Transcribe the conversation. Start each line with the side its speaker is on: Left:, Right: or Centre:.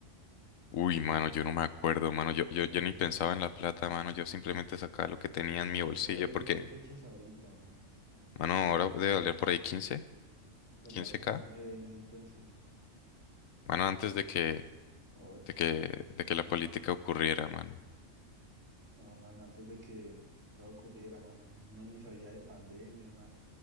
Left: Uy, mano, yo no me acuerdo, mano. Yo, yo, yo ni pensaba en la plata, mano. Yo simplemente sacaba lo que tenía en mi
Right: ¿Cuánto
Left: bolsillo
Right: vale
Left: porque,
Right: cosechas ahorita, mano?
Left: mano, ahora debe valer por ahí 15,
Right: Valía
Left: 15K.
Right: como nueve en ese entonces,
Left: Mano, antes de que,
Right: o ocho.
Left: de que, de que la política ocurriera, mano.
Right: No, mano, antes de que todo ocurriera, mano, no ni sabía de pandemias, nada.